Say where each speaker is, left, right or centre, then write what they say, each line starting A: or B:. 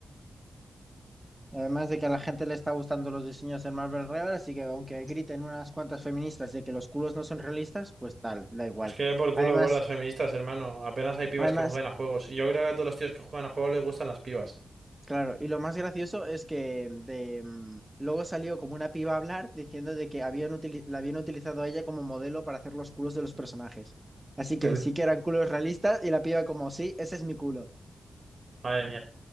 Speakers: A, on the right; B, on the right.
A: Además de que a la gente le está gustando los diseños de Marvel Rival, así que aunque griten unas cuantas feministas de que los culos no son realistas, pues tal, da igual.
B: Es que por culo,
A: Además,
B: bro, las feministas, hermano. Apenas hay pibas
A: Además,
B: que jueguen a juegos. Y yo creo que a todos los tíos que juegan a juegos les gustan las pibas.
A: claro, y lo más gracioso es que de, mm, luego salió como una piba a hablar diciendo de que habían utili- la habían utilizado a ella como modelo para hacer los culos de los personajes. Así que
B: <laughs>
A: sí que eran culos realistas y la piba como, sí, ese es mi culo.
B: Madre mía.